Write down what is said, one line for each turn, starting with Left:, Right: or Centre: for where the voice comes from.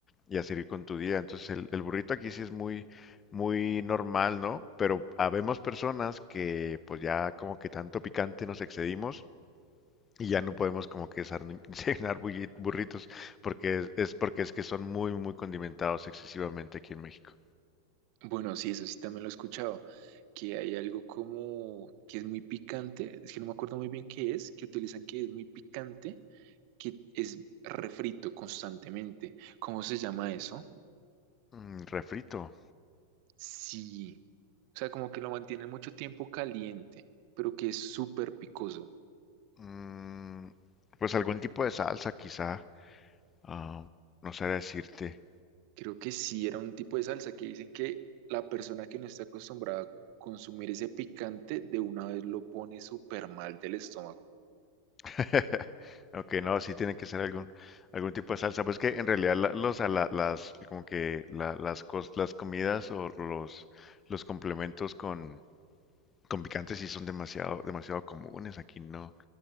Left: y a seguir con tu día. Entonces el, el burrito aquí sí es muy, muy normal, ¿no? Pero habemos personas que pues ya como que tanto picante nos excedimos. Y ya no podemos como que sar- <laughs> cenar bulli- burritos porque es, es porque es que son muy muy condimentados excesivamente aquí en México.
Right: Bueno, sí, eso sí también lo he escuchado, que hay algo como que es muy picante, es que no me acuerdo muy bien qué es, que utilizan que es muy picante, que es refrito constantemente. ¿Cómo se llama eso?
Left: Mm, refrito.
Right: Sí, o sea, como que lo mantienen mucho tiempo caliente, pero que es súper picoso.
Left: Mm, pues algún tipo de salsa, quizá. Ah, no sé decirte.
Right: Creo que sí, era un tipo de salsa que dicen que la persona que no está acostumbrada a consumir ese picante de una vez lo pone súper mal del estómago.
Left: <laughs> Aunque no, sí tiene que ser algún, algún tipo de salsa. Pues que en realidad la- los, ala- las, como que la- las, cos- las comidas o los, los complementos con, con picante sí son demasiado, demasiado comunes. Aquí no.